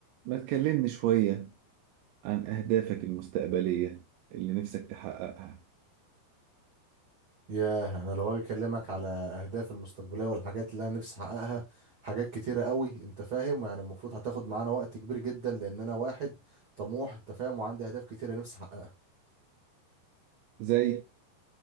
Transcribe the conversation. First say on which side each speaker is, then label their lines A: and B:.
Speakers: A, on the right; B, on the right.
A: ما تكلمني شوية عن أهدافك المستقبلية اللي نفسك تحققها
B: ياه انا لو هاجي اكلمك على اهدافي المستقبليه والحاجات اللي انا نفسي احققها حاجات كتيره قوي انت فاهم يعني المفروض هتاخد معانا وقت كبير جدا لان انا واحد طموح انت فاهم وعندي اهداف كتيره نفسي احققها
A: زي